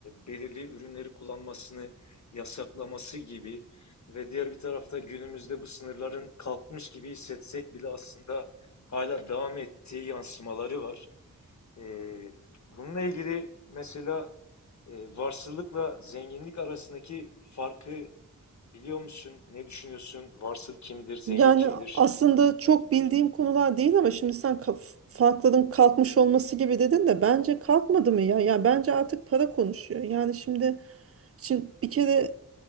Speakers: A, on the left; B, on the right.
A: belirli ürünleri kullanmasını yasaklaması gibi ve diğer bir tarafta günümüzde bu sınırların kalkmış gibi hissetsek bile aslında hala devam ettiği yansımaları var. Ee, bununla ilgili mesela e, varsılıkla zenginlik arasındaki farkı biliyor musun? Ne düşünüyorsun? Varsıl kimdir? Zengin
B: Yani
A: kimdir?
B: aslında çok bildiğim konular değil ama şimdi sen ka- farklılığın kalkmış olması gibi dedin de bence kalkmadı mı ya? Ya bence artık para konuşuyor. Yani şimdi şimdi bir kere